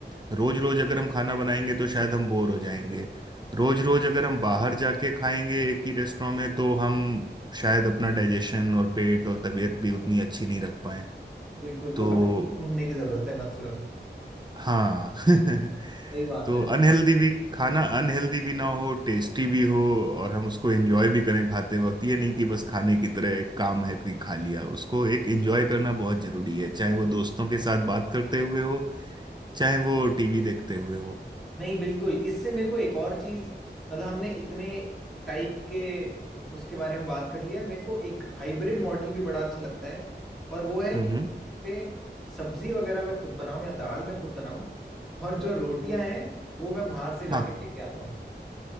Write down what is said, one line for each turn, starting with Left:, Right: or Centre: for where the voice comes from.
Right: रोज रोज अगर हम खाना बनाएंगे तो शायद हम बोर हो जाएंगे रोज रोज अगर हम बाहर जाके खाएंगे एक ही रेस्टोरेंट में तो हम शायद अपना डाइजेशन और पेट और तबीयत भी उतनी अच्छी नहीं रख पाए
Centre: बिल्कुल तो
Right: तो
Centre: बैलेंस ढूंढने की जरूरत है मतलब
Right: हाँ <laughs>
Centre: सही बात
Right: तो
Centre: है
Right: अनहेल्दी भी खाना अनहेल्दी भी ना हो टेस्टी भी हो और हम उसको एंजॉय भी करें खाते वक्त ये नहीं कि बस खाने की तरह एक काम है कि खा लिया उसको एक एंजॉय करना बहुत जरूरी है चाहे वो दोस्तों के साथ बात करते हुए हो चाहे वो टीवी देखते हुए हो
Centre: नहीं बिल्कुल इससे मेरे को एक और चीज मतलब हमने इतने टाइप के उसके बारे में बात कर लिया मेरे को एक हाइब्रिड मॉडल भी बड़ा अच्छा लगता है और वो है
Right: हम्म
Centre: कि
Right: हम्म
Centre: पे सब्जी वगैरह मैं खुद बनाऊं या दाल मैं खुद बनाऊं और जो रोटियां हैं वो मैं बाहर से जाके
Right: हाँ
Centre: लेके आता हूँ